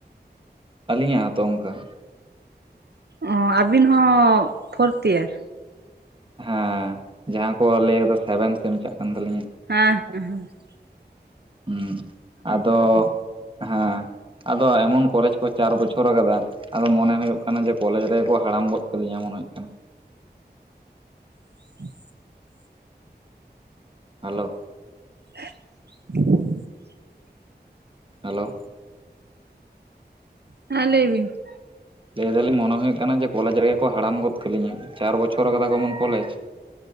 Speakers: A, on the right; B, on the right.
A: ᱟᱹᱞᱤᱧᱟᱜ ᱦᱚᱸᱛᱚ ᱚᱱᱠᱟ ᱾
B: ᱚᱸᱻ ᱟᱹᱵᱤᱱ ᱦᱚᱸ ᱯᱷᱳᱨᱛ ᱭᱟᱹᱨ?
A: ᱦᱮᱸ ᱡᱟᱦᱟᱸ ᱠᱚ ᱞᱟᱹᱭᱟ ᱫᱚ ᱥᱮᱵᱮᱱ ᱥᱮᱢ ᱪᱟᱜ ᱠᱟᱱ ᱛᱟᱹᱞᱤᱧᱟ ᱾
B: ᱦᱮᱸ ᱦᱮᱸ ᱦᱮᱸ ᱾
A: ᱦᱮᱸ ᱟᱫᱚ ᱦᱟᱸ ᱾ ᱟᱫᱚ ᱮᱢᱚᱱ ᱠᱚᱞᱮᱡᱽ ᱠᱚ ᱪᱟᱨ ᱵᱚᱪᱷᱚᱨ ᱟᱠᱟᱫᱟ ᱾ ᱟᱫᱚ ᱢᱚᱱᱮ ᱦᱩᱭᱩᱜ ᱠᱟᱱᱟ ᱡᱮ ᱠᱚᱞᱮᱡᱽ ᱨᱮᱠᱚ ᱦᱟᱲᱟᱢ ᱜᱚᱫ ᱠᱟᱹᱞᱤᱧᱟ ᱢᱚᱱᱮ ᱦᱩᱭᱩᱜ ᱠᱟᱱᱟ ᱾
B: <inaudible>
A: ᱦᱟᱞᱳ ᱾
B: <inaudible>
A: ᱦᱟᱞᱳ ᱾
B: ᱦᱮᱸ ᱞᱟᱹᱭ ᱵᱤᱱ ᱾
A: ᱞᱟᱹᱭ ᱫᱟᱞᱤᱧ ᱢᱚᱱᱮ ᱦᱩᱭᱩᱜ ᱠᱟᱱᱟ ᱡᱮ ᱠᱚᱞᱮᱡᱽ ᱨᱮᱜᱮ ᱠᱚ ᱦᱟᱲᱟᱢ ᱜᱚᱫ ᱠᱟᱹᱞᱤᱧᱟ ᱪᱟᱨ ᱵᱚᱪᱷᱚᱨ ᱟᱠᱟᱫᱟᱠᱚ ᱢᱮᱢᱚᱱ ᱠᱚᱞᱮᱡᱽ ᱾